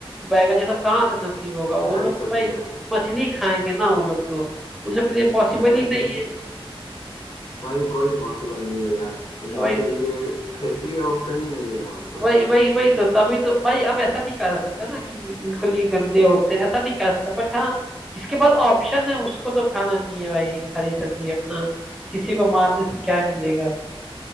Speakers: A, in the centre; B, on the left.
A: बैगन ये सब कहाँ से नसीब होगा वो
B: हरी
A: लोग
B: सब्जियाँ
A: तो भाई मछली खाएंगे ना वो लोग तो उन लोग के लिए पॉसिबल
B: हाँ, मछली
A: ही नहीं है
B: भाई कोई पॉसिबल नहीं है यार उन
A: भाई
B: लोग के लिए खेती ऑप्शन ही नहीं है वहाँ उधर
A: वही वही वही तो तभी तो भाई अब ऐसा नहीं कहा जा सकता ना कि बिल्कुल ही गंदे होते हैं ऐसा नहीं कहा जा सकता बट हाँ जिसके पास ऑप्शन है उसको तो खाना चाहिए भाई हरी सब्जी अपना किसी को मारने से क्या मिलेगा